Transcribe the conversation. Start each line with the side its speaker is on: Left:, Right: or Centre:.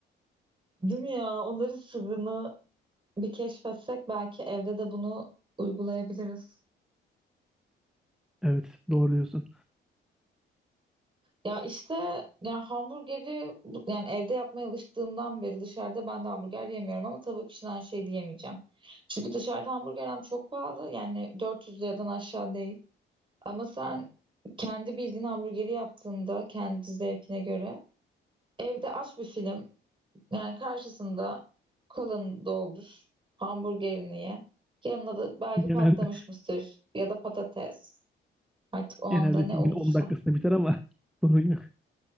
Right: Değil mi ya? Onların sırrını bir keşfetsek belki evde de bunu uygulayabiliriz.
Centre: Evet, doğru diyorsun.
Right: Ya işte yani hamburgeri bu- yani evde yapmaya alıştığımdan beri dışarıda ben de hamburger yemiyorum ama tavuk için aynı şey diyemeyeceğim. Çünkü dışarıda hamburger hem çok pahalı yani 400 liradan aşağı değil. Ama sen kendi bildiğin hamburgeri yaptığında kendi zevkine göre evde aç bir film yani karşısında kolanı doldur hamburgerini ye. Yanına da belki
Centre: Genelde
Right: patlamış mısır ya da patates artık
Centre: <laughs>
Right: o anda
Centre: genelde
Right: ne
Centre: filmin
Right: olursa.
Centre: 10 dakikasında biter ama <laughs> sorun yok